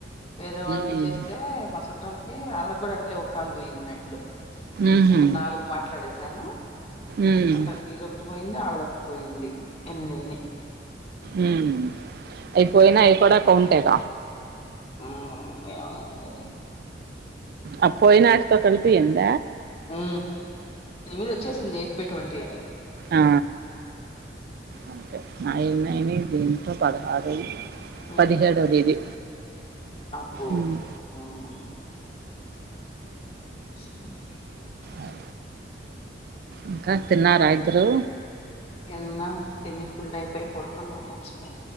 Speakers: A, on the left; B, on the right.
A: వేరే వాళ్ళకి
B: ఉమ్
A: చేస్తే మా చుట్టాలకి వాళ్ళకి కూడా అట్లే ఒక్కాలు పోయిందిన్నెట్లొ
B: ఉహు
A: ఇంకా నాలుగు మాట్లాడు డేశాను
B: ఉమ్
A: అట్ట నీదొ ఒకటి పోయింది ఎనిమిదైనై
B: ఉమ్ అవి పోయినా కూడా కౌంటేగ
A: ఉమ్ ఏమో అది
B: అ పోయి నాటితో కలిపి ఎంత
A: ఉ ఎనిమిది వచ్చేసింది యైట్ బై టొన్టి అని
B: ఆ ఒకె నాయి ఎన్నైయి దీనితో పదహారు అయినై
A: ఉమ్,
B: పదిహేడో దిదీ
A: అబ్బో
B: ఉమ్
A: ఉమ్, సంగతి.
B: అ ఇంకా తిన్నారా ఇదరు
A: తిన్నాం తిని ఫుల్ అయిపోయి పడుకున్నము మంచె